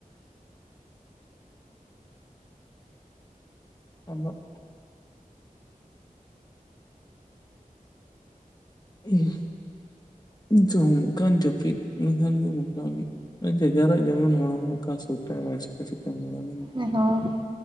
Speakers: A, on the left; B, on the right.
A: ᱚᱞᱚᱜ ᱤᱧ ᱡᱚᱢ ᱞᱮᱠᱷᱟᱱ ᱡᱟᱹᱯᱤᱫ ᱞᱮᱠᱷᱟᱱ ᱜᱮ ᱢᱚᱴᱟ ᱟᱹᱧ ᱡᱮ ᱡᱟᱨᱟᱜ ᱡᱮᱢᱚᱱ ᱦᱚᱲᱢᱚ ᱚᱠᱟ ᱥᱩᱴᱟ ᱚᱠᱟ ᱵᱟᱭ <unintelligible> ᱪᱤᱠᱟᱹᱢ ᱵᱟᱲᱟᱭᱟ ᱾
B: ᱦᱮᱸ ᱦᱳᱭ ᱾